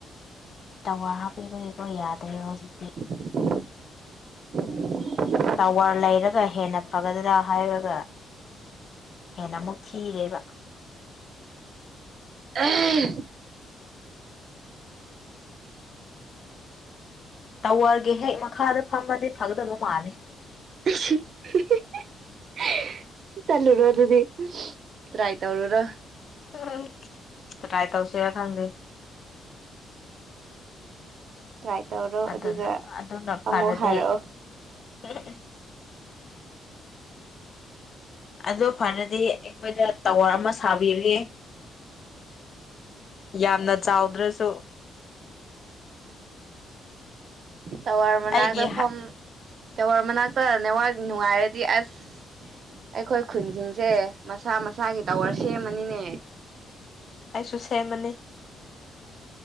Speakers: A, on the left; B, on the right.
A: ꯇꯋꯥꯔ ꯍꯥꯞꯄꯤꯕꯒꯤꯀꯣ ꯌꯥꯗ꯭ꯔꯦ ꯍꯧꯖꯤꯛꯇꯤ꯫
B: <unintelligible>
A: ꯇꯋꯥꯔ ꯂꯩꯔꯒ ꯍꯦꯟꯅ ꯐꯒꯗ꯭ꯔꯥ ꯍꯥꯏꯔꯒ꯫ ꯍꯦꯟꯅ ꯑꯃꯨꯛꯊꯤꯔꯦꯕ꯫
B: ꯍꫭꯏ <unintelligible>
A: ꯇꯥꯋꯔꯒꯤ ꯍꯦꯛ ꯃꯈꯥꯗ ꯐꯝꯃꯗꯤ ꯐꯒꯗꯕ ꯃꯥꯜꯂꯦ꯫
B: <unintelligible> <unintelligible> ꯆꯠꯂꯨꯔꯣ ꯑꯗꯨꯗꯤ ꯇ꯭ꯔꯥꯏ ꯇꯧꯔꯨꯔꯣ꯫
A: <unintelligible> ꯇ꯭ꯔꯥꯏ ꯇꯧꯁꯤꯔ ꯈꯪꯗꯦ꯫
B: ꯇ꯭ꯔꯥꯏ ꯇꯧꯔꯣ꯫
A: ꯑꯗꯨꯅ
B: ꯑꯗꯨꯒ
A: ꯑꯗꯨꯅ ꯐꯔꯗꯤ
B: ꯑꯃꯨꯛ ꯍꯥꯏꯔꯛꯑꯣ
A: <unintelligible> ꯑꯗꯨ ꯐꯔꯗꯤ ꯈꯣꯏꯗ ꯇꯋꯥꯔ ꯑꯃ ꯁꯥꯕꯤꯔꯤ꯫ ꯌꯥꯝꯅ ꯆꯥꯎꯗ꯭ꯔꯁꯨ꯫
B: ꯇꯥꯋꯔ ꯃꯅꯥꯛꯇ
A: ꯑꯩꯒꯤ
B: ꯐꯝ ꯇꯋꯥꯔ ꯃꯅꯥꯛꯇ ꯅꯦꯋꯥꯛ ꯅꯨꯡꯉꯥꯏꯔꯗꯤ ꯑꯁ꯫ ꯑꯩꯈꯣꯏ ꯈꯨꯟꯁꯤꯡꯁꯦ ꯃꯁꯥ ꯃꯁꯥꯒꯤ ꯇꯥꯋꯔ ꯁꯦꯝꯃꯅꯤꯅꯦ꯫
A: ꯑꯩꯁꯨ ꯁꯦꯝꯃꯅꯤ꯫